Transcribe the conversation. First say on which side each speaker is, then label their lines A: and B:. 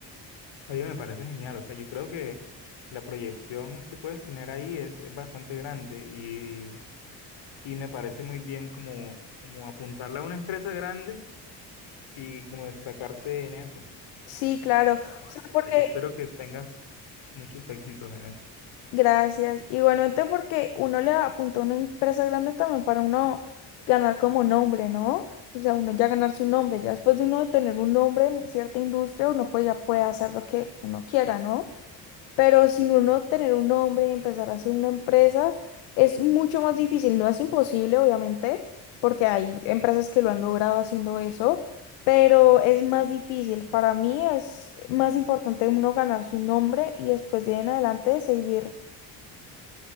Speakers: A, on the left; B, on the left.
A: Oye, me parece genial. O sea, yo creo que la proyección que puedes tener ahí es, es bastante grande y, y me parece muy bien como, como apuntarle a una empresa grande y como destacarte en eso.
B: Sí, claro. O
A: No, la
B: sea,
A: verdad,
B: porque
A: yo espero que tengas muchos éxitos en eso.
B: Gracias. Igualmente porque uno le apunta una empresa grande también para uno ganar como nombre, ¿no? O sea, uno ya ganarse un nombre, ya después de uno tener un nombre en cierta industria, uno pues ya puede hacer lo que uno quiera, ¿no? Pero sin uno tener un nombre y empezar a hacer una empresa, es mucho más difícil. No es imposible, obviamente, porque hay empresas que lo han logrado haciendo eso, pero es más difícil. Para mí es más importante uno ganarse un nombre y después de ahí en adelante seguir